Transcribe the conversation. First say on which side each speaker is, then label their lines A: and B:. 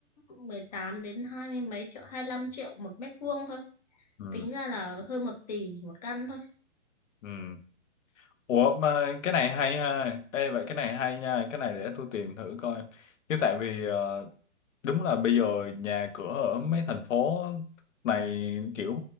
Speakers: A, on the left; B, on the left.
A: mười tám đến hai mươi mấy triệu 25 triệu một mét vuông thôi
B: ừ.
A: tính ra là hơn một tỷ một căn thôi
B: ừ. Ủa mà cái này hay ha Ê vậy cái này hay nha Cái này để tôi tìm thử coi Chứ tại vì ờ, đúng là bây giờ nhà cửa ở mấy thành phố này kiểu